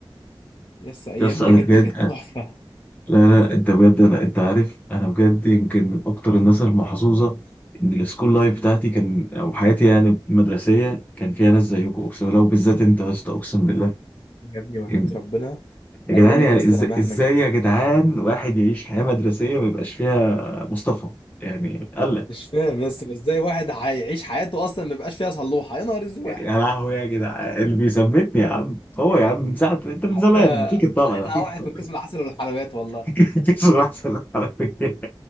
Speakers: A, on the left (about 60°); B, on the left (about 20°).
A: يس ايام
B: يا اسطى
A: بجد
B: انا بجد
A: كانت تحفه
B: لا لا انت بجد لا انت عارف انا بجد يمكن من اكتر الناس المحظوظه ان السكول لايف بتاعتي كان او حياتي يعني المدرسيه كان فيها ناس زيكم اقسم بالله وبالذات انت يا اسطى اقسم بالله
A: يا ابني وحياة
B: يم-
A: ربنا
B: يا جدعان
A: عايز اقول لك
B: يعني
A: يا اسطى
B: ازاي
A: انا مهما
B: ازاي
A: ك-
B: يا جدعان واحد يعيش حياه مدرسيه ما يبقاش فيها مصطفى يعني قال لك
A: مش فاهم يا اسطى ازاي واحد هيعيش حياته اصلا ما يبقاش فيها صلوحه يا نهار اسود يا
B: يا لهوي يا جدعان اللي بيثبتني يا عم هو يا عم من ساعه انت من
A: عم
B: زمان فيك الطبع
A: احلى
B: ده فيك
A: واحد
B: الطبع
A: من قسم العسل والحلويات والله
B: <laughs> كسر العسل والحلويات